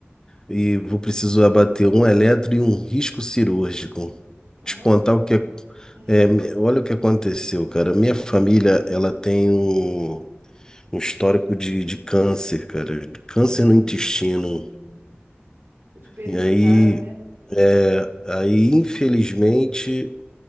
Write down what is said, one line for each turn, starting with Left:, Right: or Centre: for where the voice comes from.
Left: E vou precisar abater um eletro e um risco cirúrgico.
Right: caramba.
Left: Te contar o que é,
Right: Hum,
Left: é, me- olha o que aconteceu, cara. Minha família, ela tem um, um histórico de, de câncer, cara, de câncer
Right: ah,
Left: no intestino.
Right: sim. É tipo hereditário,
Left: E aí,
Right: né?
Left: é, aí, infelizmente,